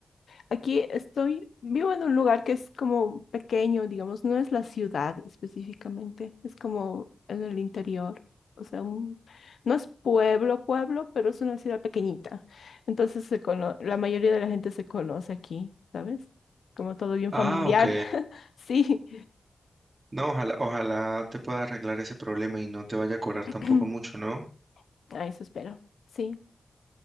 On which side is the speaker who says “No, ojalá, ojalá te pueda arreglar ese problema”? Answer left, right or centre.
Right